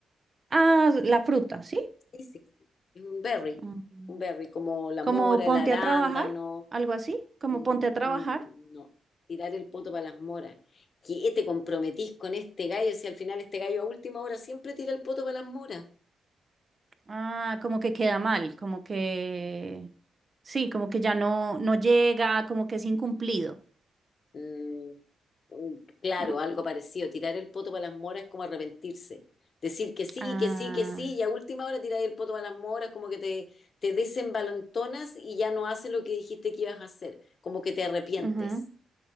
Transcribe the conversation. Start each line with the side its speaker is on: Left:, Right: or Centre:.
Right: Ah, la fruta, ¿sí?
Left: Sí, sí, sí. Es un berry.
Right: Mm.
Left: Un berry, como la
Right: Como
Left: mora,
Right: ponte
Left: el arándano.
Right: a trabajar, algo así, como
Left: Mm,
Right: ponte a trabajar.
Left: mm, no. Tirar el poto para las moras. ¿Qué te comprometís con este gallo si al final este gallo a última hora siempre tira el poto para las moras?
Right: Ah, como que queda mal, como que sí, como que ya no, no llega, como que es incumplido,
Left: Mm, mm, claro,
Right: ¿no?
Left: algo parecido. Tirar el poto para las moras es como arrepentirse. Decir que sí,
Right: Ah,
Left: que sí, que sí, y a última hora tirar el poto para las moras, como que te, te desembalentonas y ya no haces lo que dijiste que ibas a hacer, como que te arrepientes,
Right: ujú.